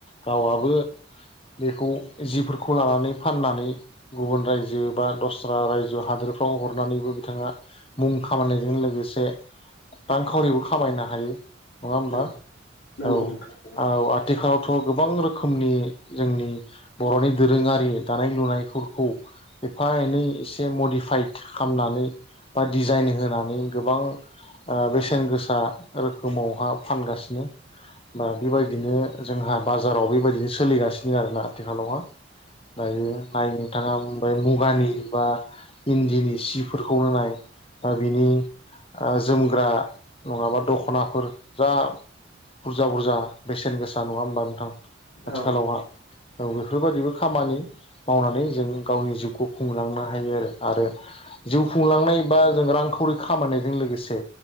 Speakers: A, on the left; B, on the left.
A: गावाबो बेखौ जिफोरखौ लानानै फाननानै गुबुन रायजो बा दस्रा रायजो हादोर बेफ्राव हरनानैबो बिथाङा मुं खामायनायजों लोगोसे रांखावरिबो खामायनो हायो नङा होमबा
B: नंगौ नंगौ
A: औ
B: नोंथां नंगौ
A: औ आथिखालाव गोबां रोखोमनि जोंनि बर'नि दोरोङारि दानाय लुनायफोरखौ एफा एनै एसे मडिफाइद खालानानै बा डिजाइन होनानै गोबां बेसेन गोसा रोखोमावहा फानगासिनो बा बेबायदिनो जोंहा बाजाराव बेबायदिनो सोलिगासिनो आरोना आथिखालावहा दायो नाय नोंथाङा ओमफ्राय मुगानि बा इन्दिनि सिफोरखौनो नाय दा बिनि जोमग्रा नङाबा दख'नाफोर जा बुरजा बुरजा बेसेन गोसा नङा होमबा नोंथां आथिखालावहा
B: औ
A: औ बेफोरबायदिबो खामानि मावनानै जों गावनि जिउखौ खुंलांनो हायो आरो आरो जिउ खुंलांनाय बा जों रांखावरि खामायनायजों लोगोसे